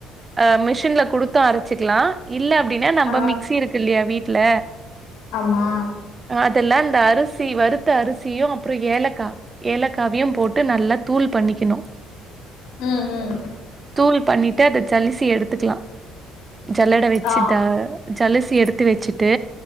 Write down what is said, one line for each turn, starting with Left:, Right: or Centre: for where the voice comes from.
Right: அ மிஷின்ல குடுத்து அரச்சிக்லா இல்ல அப்டின்னா நம்ப
Left: ஆ
Right: மிக்சி இருக்குல்யா வீட்ல
Left: ஆமா
Right: அதுல இந்த அரிசி வறுத்த அரிசியு அப்றொ ஏலக்கா ஏலக்காவியும் போட்டு நல்லா தூள் பண்ணிக்கனு
Left: ம் ம்
Right: தூள் பண்ணிட்டு அத ஜலிசி எடுத்துக்லா ஜல்லட வச்சு
Left: ஆ
Right: த ஜலசி எடுத்து வச்சுட்டு